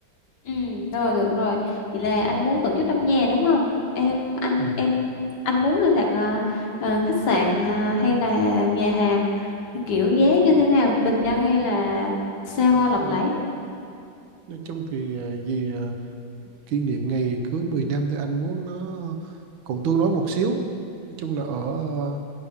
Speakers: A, on the left (about 60°); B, on the right (about 85°).
A: Ừ, rồi được rồi. Vậy là anh muốn tổ chức trong nhà đúng không? Em anh
B: ừ.
A: em anh muốn nên đặt ờ, ờ, khách sạn ờ, hay là nhà hàng kiểu giá như thế nào? Bình dân hay là xa hoa lộng
B: Ừ.
A: lẫy?
B: nói chung thì ờ, gì ờ, kỷ niệm ngày cưới 10 năm thì anh muốn nó cũng tương đối một xíu nói chung là ở ờ,